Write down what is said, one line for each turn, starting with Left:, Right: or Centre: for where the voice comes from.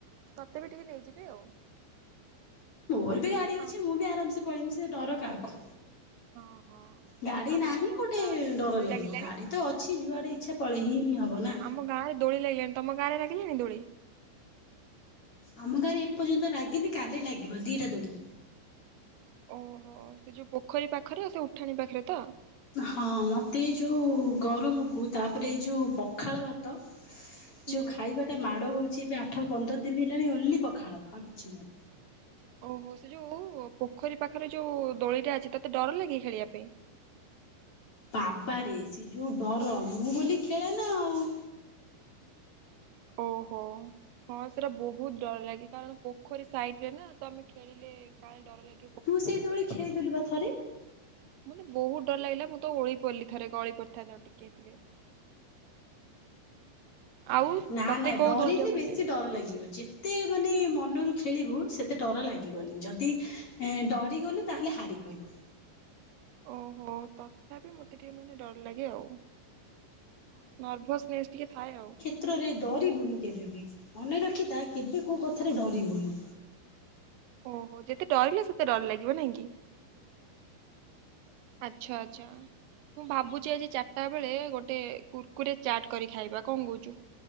Right: ତତେ ବି ଟିକେ ନେଇଯିବି ଆଉ।
Left: ମୋର୍ ବି ଗାଡି ଅଛି
Right: ହଁ
Left: ମୁଁ ବି ଆରାମ୍ ସେ ପଳେଇବି ସେ ଡର କାହାକୁ।
Right: ହଁ ହଁ।
Left: ଗାଡି
Right: ଆମର
Left: ନାହିଁ ଗୋଟେ
Right: ଗାଁରେ
Left: ଡର
Right: ଦୋଳି
Left: ଲାଗିବ
Right: ଲାଗିଲାଣି।
Left: ଗାଡି ତ ଅଛି ଯୁଆଡେ ଇଚ୍ଛା ପଳେଇ ହିଁ -ହିଁ ହବ ନା।
Right: ଆମ ଗାଁରେ ଦୋଳି ଲାଗିଲାଣି। ତମ ଗାଁରେ ଲାଗିଲଣି ଦୋଳି?
Left: ଆମ ଗାଁରେ ଏପର୍ଯ୍ୟନ୍ତ ଲାଗିନି କାଲି ଲାଗିବ ଦି ଟା ଦୋଳି।
Right: ଓହୋ ସେ ଯଉ ପୋଖରୀ ପାଖରେ ସେ ଉଠାଣି ପାଖରେ ତ?
Left: ହଁ ମତେ ଏଇ ଯୋଉ ଗରମ୍ କୁ ତାପରେ ଏଇ ଯୋଉ ପଖାଳ ଭା ତ
Right: ହୁଁ
Left: ଯେଉ ଖାଇବାଟା ମାଡ଼ ହଉ ସିଏ ବି ଆଠ ପନ୍ଦର ଦିନ ହେଲାଣି ଓନ୍ଲି ପଖାଳ ଆଉ କିଛି ନୁହଁ।
Right: ଓହୋ ସେ ଯେଉ ପୋଖରୀ ପାଖରେ ଯେଉ ଦୋଳିଟା ଅଛି ତତେ ଡର ଲାଗେ ଖେଳିବା ପାଇଁ?
Left: ବାବାରେ ସେ ଯେଉ ଡର ମୁଁ ବୋଲି ଖେଳେ ନା ଆଉ।
Right: ଓହୋ। ହଁ ସେଟା ବହୁତ ଡର ଲାଗେ କାରଣ ପୋଖରୀ ସାଇଡ ରେ ନା ତ ମେ ଖେଳିଲେ କାଳେ ଡର ଲାଗି
Left: ତୁ ସେଇ ଦୋଳି ଖେଳିଦେଲୁ ପା ଥରେ।
Right: ମତେ ବହୁତ ଡର ଲାଗିଲା ମୁଁ ତ ଓଳି ପଡିଲି ଥରେ ଗଳି ପଡିଥାନ୍ତି ଆଉ ଟିକେ ହେଇଥିଲେ। ଆଉ
Left: ନା
Right: ତତେ
Left: ନାାଇଁ
Right: କୋଉ
Left: ଡରିଲେ
Right: ଦୋଳିଟା ଭଲ
Left: ବେଶୀ
Right: ଲାଗେ
Left: ଡର ଲାଗିବ ଯେ କେତେ ମାନେ ମନରୁ ଖେଳିବୁ ସେତେ ଡର ଲାଗିବନି ଯଦି ଏଁ ଡରି ଗଲୁ ତାହେଲେ ହାରିଗଲୁ।
Right: ଓହୋ ତ୍ ଏହାବି ମୋତେ ଟିକେ ମାନେ ଡର ଲାଗେ ଆଉ ନର୍ଭସନେସ୍ ଟିକେ ଥାଏ ଆଉ।
Left: କେତ୍ରରେ ଡରିବୁନୁ କେବେ ବି ମନେ ରଖିଥା କେବେ କୋଉ କଥାରେ ଡରିବୁନୁ।
Right: ଓହୋ ଯେତେ ଡରିଲେ ସେତେ ଡର ଲାଗିବ ନାଇଁ କି? ଆଚ୍ଛା ଆଚ୍ଛା। ମୁଁ ଭାବୁଛି ଆଜି ଚାରିଟା ବେଳେ ଗୋଟେ କୁର୍କୁରେ ଚାଟ୍ କରି ଖାଇବା କଣ କହୁଛୁ?